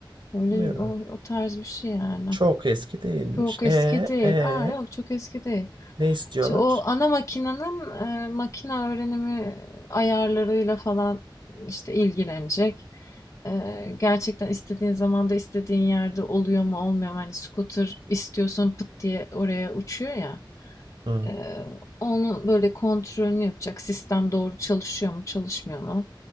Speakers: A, on the left (about 40°); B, on the right (about 70°).
A: Öyle
B: Ne?
A: o, o tarz bir şey yani.
B: Çok eski değilmiş.
A: Çok eski
B: E,
A: değil.
B: e,
A: Aa yok çok eski değil.
B: ne istiyorlar?
A: İşte o ana makinenin e, makine öğrenimi ayarlarıyla falan işte ilgilenecek. E, gerçekten istediğin zamanda istediğin yerde oluyor mu olmuyor mu? Hani scooter istiyorsun pıt diye oraya uçuyor ya.
B: Hıı.
A: E, onun böyle kontrolünü yapacak. Sistem doğru çalışıyor mu çalışmıyor mu?